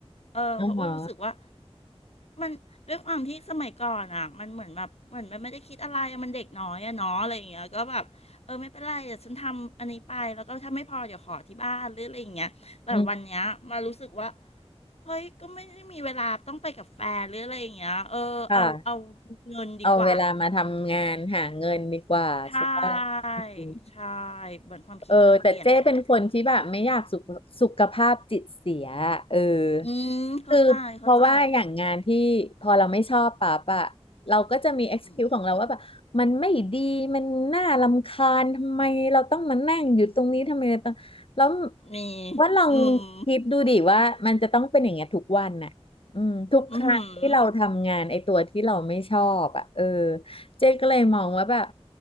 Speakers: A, on the left; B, on the left.
A: เออเพราะว่ารู้สึกว่า
B: อ่าฮะ
A: มันด้วยความที่สมัยก่อนอ่ะมันเหมือนแบบเหมือนมันไม่ได้คิดอะไรอะมันเด็กน้อยอะเนาะอะไรอย่างเงี้ยก็แบบเออไม่เป็นไรเดี๋ยวฉันทำอันนี้ไปแล้วก็ถ้าไม่พอเดี๋ยวขอที่บ้านหรืออะไรอย่างเงี้ยแต่วันเนี้ยมารู้สึกว่า
B: อืม
A: เฮ้ยก็ไม่ได้มีเวลาต้องไปกับแฟนหรืออะไรอย่างเงี้ยเออเอาเอา
B: ค่ะ
A: เงินดีกว่า
B: เอาเวลามาทำงานหาเงินดีกว่าใช่ปะอืม
A: ใช่ใช่เหมือนความคิดมันเปลี่ยนไปแหละ
B: เออแต่เจ้เป็นคนที่แบบไม่อยากสุขสุขภาพจิตเสียเออ
A: อืมเข้าใจเข้าใจ
B: คือเพราะว่าอย่างงานที่พอเราไม่ชอบปั๊บอะเราก็จะมี excuse
A: อืม
B: ของเราว่าแบบมันไม่ดีมันน่ารำคาญทำไมเราต้องมานั่งอยู่ตรงนี้ทำไมเราต้องแล้ว
A: มี
B: ว่าลอง
A: อืม
B: คิดดูดิว่ามันจะต้องเป็นอย่างเงี้ยทุกวันน่ะอืมทุกครั้งที่เราทำงานไอ้ตัวที่เราไม่ชอบอะเออ
A: อืมอหือ
B: เจ๊ก็เลยมองว่าแบบ